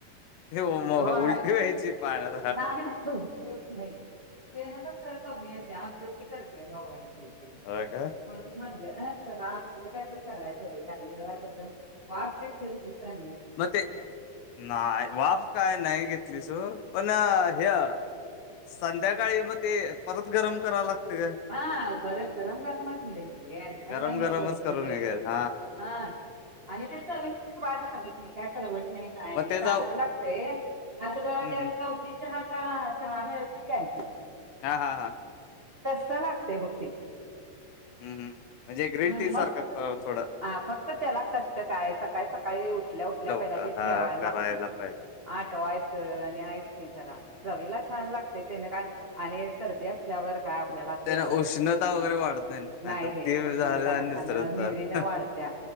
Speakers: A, on the left (about 80°); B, on the right (about 50°).
A: ते म
B: होय
A: उलटी व्हायची पाण्यात
B: नाहीतूच तेबी हाय तेन पण कमी येते, आमच्या करते गं बाई
A: होय का
B: म्हटलं तरलं काय तर करायचरी आणिम वाट घेतो. स
A: मग ते नाय वाफ काय नाही घेतली सो पण हे संध्याकाळी मग ते परत गरम कराव लागतं गं
B: हा परत गरम करायला लागतं ते थंड
A: गरम
B: काय नाही
A: गरमच
B: घ्यायच
A: करून
B: ते
A: हे घ्यायला
B: हा. आणि त्या बाज लागतं नाही, काय कवडवट नाही. काय
A: मग
B: नाही
A: त्याचा
B: चांगलं लागतय असं
A: हं,
B: ते
A: हं.
B: कवती चहा का चहा मिळत नाही काय
A: हा हा हा.
B: तस लागतय बघ ते
A: हम्म म्हणजे ग्रीन
B: हम्म,
A: टी सारखं
B: मस्त
A: थोडं
B: हा फक्त त्याला कष्ट काय सकाळी सकाळी उठल्या उठल्या
A: लवकर
B: पहिला ते
A: हां,
B: ठेवायला
A: करायला
B: लागतय.
A: पाहिजे.
B: आठवायचं आणि आहेयच की जरा चवीला छान लागतय तेने काय आणि सर्दी असल्यावर काय आपल्याला असं
A: त्यानं
B: एवढं
A: उष्णता वगैरे वाढत ना? नाहीतर
B: नाही रे
A: ते
B: उष्णता
A: झालं आणि
B: कशानं
A: दुसरंच
B: मिरीन
A: झालं.
B: वाढत्या